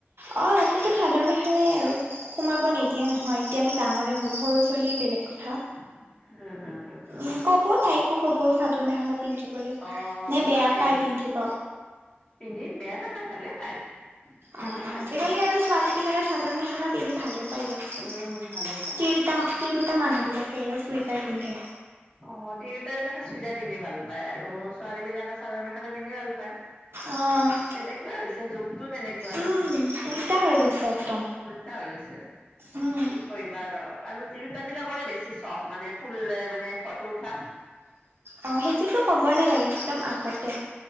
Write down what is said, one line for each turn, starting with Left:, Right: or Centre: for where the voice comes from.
Right: অ ৰাতিটো চাদৰ মেখেলাই আৰু সোমাব
Left: অ
Right: নিদিয়ে নহয়। এতিয়া আমি ডাঙৰে হ'লো সৰু ছোৱালীৰ বেলেগ কথা।
Left: <inaudible> উম
Right: উ ক'ব তাইকো ক'ব চাদৰ মেখেলা পিন্ধি বলে।
Left: অ
Right: নে বেয়া
Left: তাকে
Right: পায় পিন্ধিব?
Left: পিন্ধি বেয়া নাপায় ভালে পায়। ভালে
Right: অ অ
Left: পায়
Right: আজিকালি
Left: পিন্ধি
Right: আৰু ছোৱালী বিলাকে চাদৰ মেখেলা পিন্ধি ভালে পায় দিয়কচোন।
Left: উম ভালে পায়।
Right: তিৰোতা তিৰোতা মানুহ বিলাকেহে চুইজাৰ পিন্ধে।
Left: অ তিৰোতা বিলাকে চুইজা পিন্ধি ভাল পায় আৰু ছোৱালী বিলাকে চাদৰ মেখেলা পিন্ধি ভাল পায়।
Right: অ'।
Left: তেনেকুৱাই হৈছে যুগটো তেনেকুৱা
Right: উম,
Left: না।
Right: উল্টা হৈ গৈছে একদম।
Left: উলটা হৈ গৈছে
Right: উম।
Left: কি কৰিবা আৰু আৰু তিৰোতা বিলাকৰে বেছি চখ মানে ফুলে মানে ফটো উঠা।
Right: অঁ সেইটোতো ক'বই নালাগে একদম আগতে।